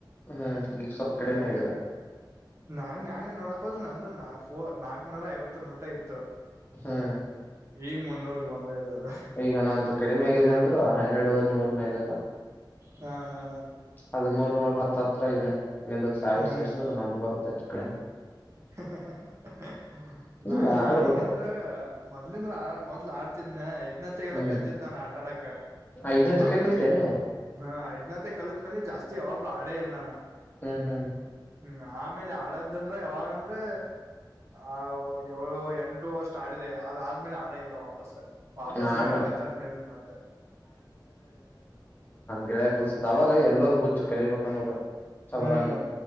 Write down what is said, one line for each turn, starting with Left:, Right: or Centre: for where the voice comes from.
Left: ಹ್ಮ್ ಈಗ ಸ್ವಲ್ಪ ಕಡಿಮೆ
Right: ಹ
Left: ಆಗಿದೆ
Right: ಹಂಗ ಹಂಗ ನೋಡಕ್ ಹೋದ್ರ ನಮ್ದ ನಾ ಹೊ ನಾಕ್ನೂರ ಐವತ್ತರ ಮಟ್ಟ ಇತ್ತು
Left: ಹ್ಮ್
Right: ಈಗ ಮುನ್ನೂರ್ಗ್ ಒಂದೇ ಇದ ಅದು
Left: ಈಗ ನನ್ನದ ಕಡಿಮೆ ಆಗಿದೆ ಅಂದ್ರು ಹನ್ನೆರೇಡುವರಿನುರ ಮೇಲೆದ
Right: ಹಾ ಹಾ
Left: ಅದ ಮೂರ್ ನೂರ ಹತ್ತ ಆತ್ತ <unintelligible> ಇನ್ನಂದ್ ಸಾವಿರ
Right: ಹ್ಮ್
Left: ಸೇರ್ಸ್ರ ನಮ್ದ ಬರುತ್ತತ್ತು ಕಡಿಮಿ
Right: <unintelligible> ನಾ
Left: ಇಲ್ಲ ಆಡ್ಬೇಕು
Right: ಈಗೀಗಂದ್ರ ಮೊದ್ಲಿಂದ್ರ ಆ ಮೊದ್ಲು ಆಡುತ್ತಿದ್ದೇನ ಐದ್ನತೆಗೆಲ್ಲ
Left: ಹ್ಮ್
Right: ಕಲ್ತಿದ್ ನಾನು ಆಟ ಆಡಕ
Left: ಐದತ್ತಕ್ಕೆ
Right: ಆಮೇಲೆ
Left: ಕಲ್ತೇನೆ
Right: ಹ ಐದ್ನತೆ ಕಲತ್ ಮೇಲೆ ಜಾಸ್ತಿ ಅವಾಗ ಆಡೇ ಇಲ್ಲ ನಾನ
Left: ಹ್ಮ್ ಹ್ಮ್
Right: ಹ್ಮ್ ಆಮೇಲೆ ಆಡದ್ದ ಯಾವಾಗಂದ್ರೆ ಆ ಏಳು ಎಂಟು ಅಷ್ಟ ಆಡಿಲ ಅದ ಆದ್ಮೇಲೆ ಆಡ ಇಲ್ಲ ವಾಪಸ್ ವಾಪಸ್
Left: ನಾನು
Right: ಈಗ ಆಡಕ್ ಸ್ಟಾಟ್ ಮನ್ ಮತ್ತ
Left: ಗೆಳೆ ಕಲ್ಸಿದತ್ ಅವಾಗ ಎಲ್ಲರುೂ ಹುಚ್ಚು ಕಲಿಬೇಕ ಅನ್ನೋದು ಚದರಂಗ
Right: ಹ್ಮ್